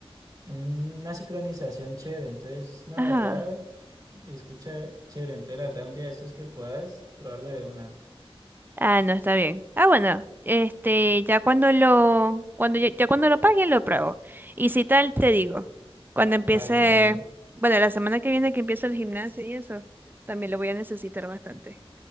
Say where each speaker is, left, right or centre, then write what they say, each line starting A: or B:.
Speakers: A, on the right (about 40°); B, on the right (about 20°).
A: una sincronización chévere. Entonces, no,
B: Ajá.
A: la verdad, escucha chévere. Entonces, la verdad, un día de estos que puedas, probarlo de una.
B: Ah, no, está bien. Ah, bueno, este, ya cuando lo, cuando ya, ya cuando lo paguen lo pruebo. Y si tal, te digo. Cuando empiece,
A: Vale, vale.
B: bueno, la semana que viene que empiece el gimnasio y eso, también lo voy a necesitar bastante.